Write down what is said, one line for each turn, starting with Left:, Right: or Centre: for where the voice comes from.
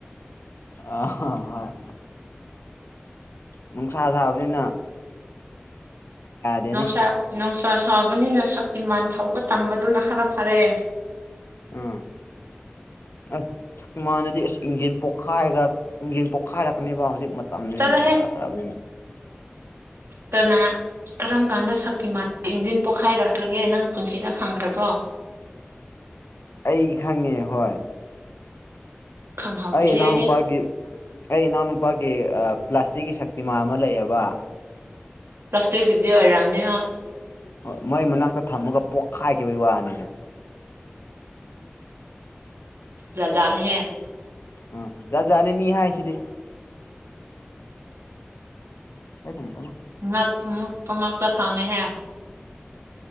Left: ꯑ ꯍꯣꯏ ꯅꯨꯡꯁꯥ ꯁꯥꯕꯅꯤꯅ ꯌꯥꯗꯦꯅꯦ
Right: ꯅꯨꯡꯁꯥ ꯅꯨꯡꯁꯥ ꯁꯥꯕꯅꯤꯅ ꯁꯛꯇꯤꯃꯥꯟ ꯊꯧꯕ ꯇꯝꯕꯗꯨꯅ ꯈꯔ ꯐꯔꯛꯑꯦ
Left: ꯎꯝ ꯑꯁ ꯃꯥꯟꯅꯗꯤ ꯑꯁ ꯏꯟꯖꯦꯟ ꯄꯣꯛ ꯄꯣꯛꯈꯥꯏꯈ꯭ꯔ ꯏꯤꯡꯖꯤꯟ ꯄꯣꯛꯈꯥꯏꯔꯛꯀꯅꯦꯕ ꯍꯧꯖꯤꯛ ꯃꯇꯝꯁꯤꯅ
Right: ꯆꯠꯂꯣꯍꯦ
Left: ꯅꯨꯡꯁꯥ ꯆꯥꯕꯅꯤꯅ
Right: ꯀꯅꯥ ꯀꯔꯝ ꯀꯥꯟꯗ ꯁꯛꯇꯤꯥꯟ ꯏꯟꯖꯤꯟ ꯄꯣꯛꯈꯥꯏꯔꯛꯈ꯭ꯔꯒꯦ ꯅꯪ ꯄꯨꯟꯁꯤꯗ ꯈꯪꯈ꯭ꯔꯕ꯭ꯔꯣ
Left: ꯑꯩ ꯈꯪꯉꯦ ꯍꯣꯏ
Right: ꯈꯪꯍꯧꯗ꯭ꯔꯤ
Left: ꯑꯩ ꯅꯥꯟ
Right: ꯑꯩꯗꯤ
Left: ꯄꯒꯤꯒꯤ ꯑꯩ ꯏꯅꯥꯎꯅꯨꯄꯥꯒꯤ ꯄ꯭ꯂꯥꯁꯇꯤꯛꯀꯤ ꯁꯛꯇꯤꯃ ꯑꯃ ꯂꯩꯌꯦꯕ
Right: ꯄ꯭ꯂꯥꯁꯇꯛ ꯕꯤꯗꯤ ꯍꯥꯏꯔ ꯑꯃꯅꯤꯅꯤ
Left: ꯍꯣꯏ ꯃꯣꯏ ꯃꯅꯥꯛꯇ ꯊꯝꯃꯒ ꯄꯣꯛꯈꯥꯏꯈꯤꯕꯒꯤ ꯋꯥꯅꯤꯗ
Right: ꯂꯖꯅꯦꯍꯦ
Left: ꯎꯝ ꯌꯥꯖꯅꯦ ꯃꯤ ꯍꯥꯏ ꯁꯤꯗꯤ ꯀꯅꯤ
Right: ꯅ ꯄꯉꯁꯇ ꯈꯥꯉꯦ ꯍꯥꯏ